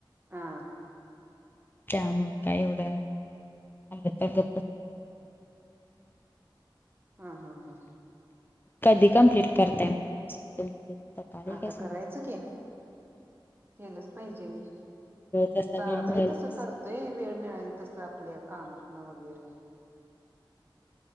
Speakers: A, on the right; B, on the left.
A: हा
B: म काय एवढं आहे आ ग <unintelligible>
A: हा हा हा.
B: कधी कंप्लीट करताय. म <unintelligible> तुम्ही सकाळी
A: आता
B: काय सजा
A: करायचं की केलंच पाहिजे आणि
B: जसा
A: चालय
B: वेळ मिळेल
A: तसं
B: तस
A: करतोय वेळ मिळाल तसं आपल्या कामात न, वगैरे